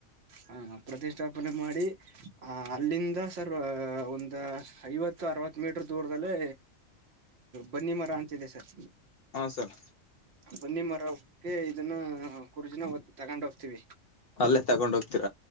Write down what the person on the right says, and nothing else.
ಹಾ ಪ್ರತಿಷ್ಠಾಪನೆ ಮಾಡಿ ಆ ಅಲ್ಲಿಂದ ಸರ್ ಒಂದು ಐವತ್ತು ಅರವತ್ತು ಮೀಟರ್ ದೂರದದಲ್ಲಿ ಬನ್ನಿ ಮರ ಅಂತಿದೆ ಸರ್
ಬನ್ನಿ ಮರಕ್ಕೆ ಇದನ್ನ ಕುರ್ಜನಾ ತಗೊಂಡು ಹೋಗ್ತೀವಿ